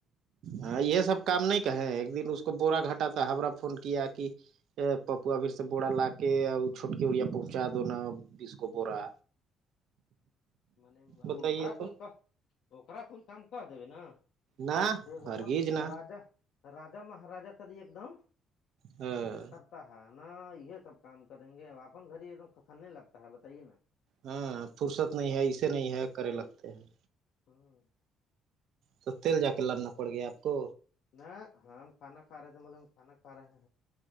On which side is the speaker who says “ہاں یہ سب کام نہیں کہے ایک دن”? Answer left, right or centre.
Right